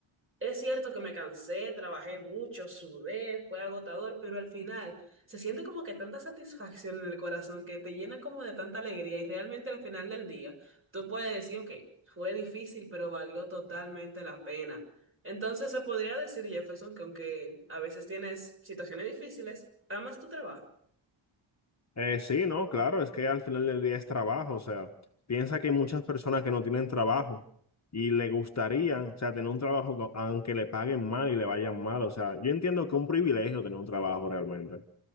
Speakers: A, on the right; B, on the left.
A: Es cierto que me cansé, trabajé mucho, sudé, fue agotador, pero al final se siente como que tanta satisfacción en el corazón que te llena como de tanta alegría y realmente al final del día tú puedes decir, ok, fue difícil, pero valió totalmente la pena. Entonces se podría decir, Jefferson, que aunque a veces tienes situaciones difíciles, amas tu trabajo.
B: Eh, sí, no, claro, es que al final del día es trabajo, o sea, piensa que hay muchas personas que no tienen trabajo y le gustaría, o sea, tener un trabajo co- aunque le paguen mal y le vayan mal, o sea, yo entiendo que es un privilegio tener un trabajo realmente.